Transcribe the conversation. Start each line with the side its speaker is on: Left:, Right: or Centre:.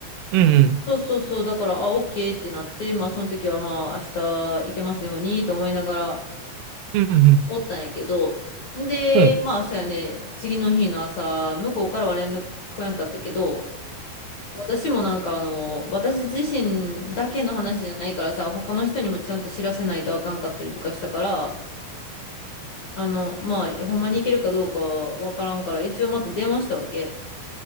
Right: うん。うん。
Left: そうそうそう、だから、あ、オッケーってなって、まあその時はまあ明日行けますようにと思いながら
Right: うん。
Left: おったんやけど、で、
Right: うん。うん。
Left: まあそうやね、次の日の朝、向こうからは連絡来やんかったけど、私もなんかあの、私自身だけの話じゃないからさ、他の人にもちゃんと知らせないとあかんかったりとかしたから、あの、まあ、ほんまに行けるかどうかはわからんから、一応また電話したわけ。